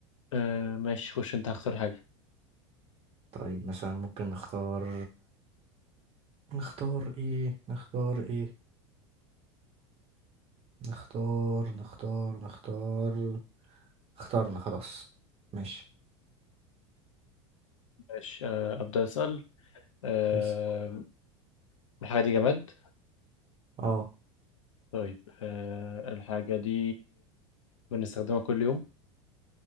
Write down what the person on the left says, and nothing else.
آه ماشي خش انت هختار حاجة
ماشي آه أبدأ أسأل آه
الحاجة دي جماد
طيب آه الحاجة دي بنستخدمها كل يوم